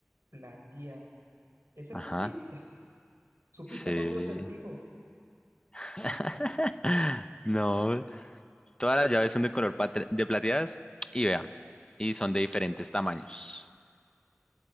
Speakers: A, on the right; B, on the left.
A: plateadas. Esa
B: Ajá,
A: es su pista. Su
B: sí.
A: pista es otro acertijo.
B: <laughs>
A: Oh,
B: No, todas las llaves son de color pat- de plateadas y vean, y son de diferentes tamaños.